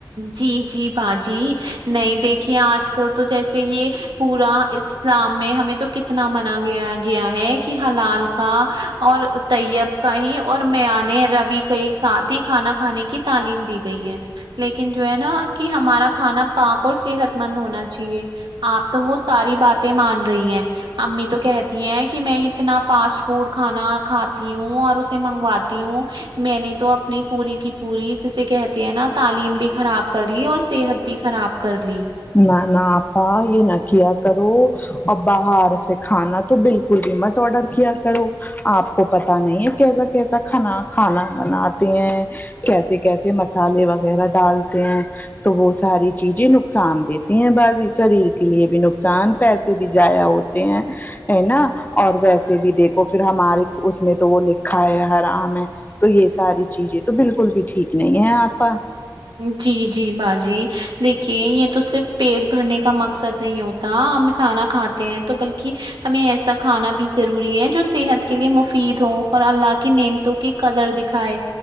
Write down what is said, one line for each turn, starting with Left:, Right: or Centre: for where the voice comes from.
Right: جی جی باجی نہیں دیکھیے آج کل تو جیسے یہ پورا اسلام میں ہمیں تو کتنا مانا گیا گیا ہے کہ حلال کا اور طیب کا ہی اور میانے رب ہی کیسا کھانا کھانے کی تعلیم دی گئی ہے لیکن جو ہے نا کہ ہمارا کھانا پاک اور صحت مند ہونا چاہیے آپ تو وہ ساری باتیں مان رہی ہیں امی تو کہتی ہیں کہ میں اتنا فاسٹ فوڈ کھانا کھاتی ہوں اور اسے منگواتی ہوں میں نے تو اپنی پوری کی پوری جیسے کہتے ہیں نا تعلیم بھی خراب کر لی اور صحت بھی خراب کرلی
Left: نہ نہ آپا یہ نہ کیا کرو اور باہر سے کھانا تو بالکل بھی مت آڈر کیا کرو آپ کو پتا نہیں ہے کیسا کیسا کھانا کھانا بناتے ہیں کیسے کیسے مسالے وغیرہ ڈالتے ہیں تو وہ ساری چیزیں نقصان دیتے ہیں بس شریر کے لیے بھی نقصان پیسے بھی زایہ ہوتے ہیں ہے نا اور ویسے بھی دیکھو پھر ہمارے اس میں تو وہ لکھا ہے ہرام ہے تو یہ ساری چیزیں تو بلکل بھی ٹھیک نہیں ہے آپا
Right: جی جی باجی دیکھیے یہ تو صرف پیٹ بھرنے کا مقصد نہیں ہوتا ہم کھانا کھاتا ہیں تو بلکہ ہمیں ایسا کھانا بھی ضروری ہے جو صحت کے لیے مفید ہو اور اللہ کی نیامت و کی کدر دیکھیے